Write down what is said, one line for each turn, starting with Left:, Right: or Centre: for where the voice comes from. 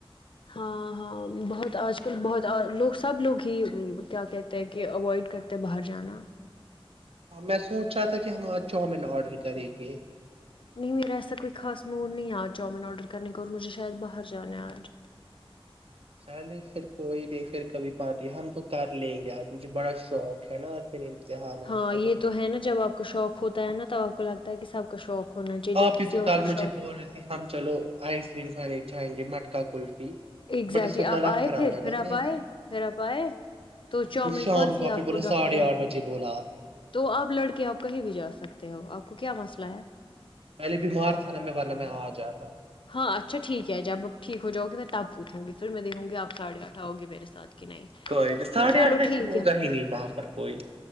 Left: ہاں ہاں بہت آج کل بہت لوگ سب لوگ ہی کیا کہتے ہیں کہ اوائڈ کرتے ہیں باہر جانا
Right: میں سوچ رہا تھا کہ ہم آج چاؤمن آرڈر کریں گے
Left: نہیں میرا ایسا کوئی خاص موڈ نہیں ہے آج چؤمن آرڈر کرنے کو اور مجھے شاید باہر جانا ہے آج
Right: چلے پھر کوئی نہیں پھر کبھی پارٹی ہم تو کر لیں گے آ مجھے بڑا شوق ہے نا پھر امتحانات
Left: ہاں
Right: ختم
Left: یہ
Right: ہو
Left: تو
Right: گئے
Left: ہے نا جب آپ کو شوق ہوتا ہے نا توب آپ کو لگتا ہے کہ سب کا شوق ہونا چاہیے
Right: آپ
Left: جب
Right: ہی
Left: کسی
Right: تو
Left: اور
Right: کل
Left: کا
Right: مجھے
Left: شوق
Right: بول رہی تھی ہم چلو آئس کریم کھانے جائیں گے مٹکا کلفی
Left: ایگزیکٹلی
Right: بٹ اس وق
Left: آپ
Right: گلا
Left: آئے
Right: خراب
Left: پھر
Right: ہے
Left: پھر
Right: ن
Left: آپ آئے پھر آپ آئے تو چاؤمین
Right: ما شام
Left: کون سی
Right: کو آپ ہی بلا
Left: ڈاکٹر
Right: ساڑھے
Left: نے
Right: آٹھ بجے بول
Left: تو آپ لڑک آپ کہیں بھی جا سکتے ہو آپ کو کیا مسئلہ ہے
Right: پہلے بیمار تھا نم ورنہمہ آ جاتا
Left: ہاں اچھا ٹھیک ہے جب آپ ٹھیک ہو جؤ گی میں تب پوھوں گی پھر دھوں گیپاھے آٹ آؤے میرے ساتھ کہ نہیں
Right: کوئی نہیں ساڑھے
Left: چلو
Right: آٹھ بج
Left: ٹھیک
Right: سے ہوگا ہی نہیں وہاں پر کوئی